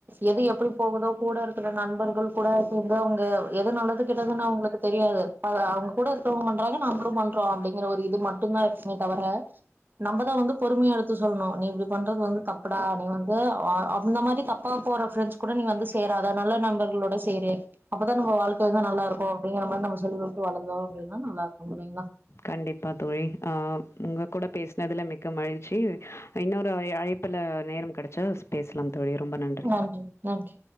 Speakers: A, on the right; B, on the left.
A: எது எப்படி போகுதோ கூட இருக்குற நண்பர்கள் கூட சேந்து அவுங்க எது நல்லது கெட்டதுன்னு அவுங்களுக்கு தெரியாது அது அவுங்க கூட இருகவுங்க பண்றாங்க நம்பலு பண்றோ அப்டிங்கற ஒரு இது மட்டு தானக்ஷ இருக்குமே தவர நம்பதா வந்து பொறுமையா எடுத்து சொல்ணு நீ இப்டி பண்றது வந்து தப்படா நீ வந்து அ அப் இந்த மாரி தப்பா போற ஃப்ரெண்ட்ஸ் கூட நீ வந்து சேராத நல்ல நண்பர்களோட சேரு அப்பதா நம்ப வாழ்க வந்து நல்லா இருக்கு அப்டிங்ற மாரி நம்ம சொல்லி குடுது வளந்தோ அப்டின்னா நல்லா இருக்கு இல்லைங்ளா
B: கண்டிப்பா தோழி அ உங்க கூட பேசுனதுல மிக்க மகிழ்ச்சி இன்னொரு அ அழைபுல நேரம் கெடைச்ச பேசலாம் தோழி ரொம்ப நன்
A: நன்றி நன்றி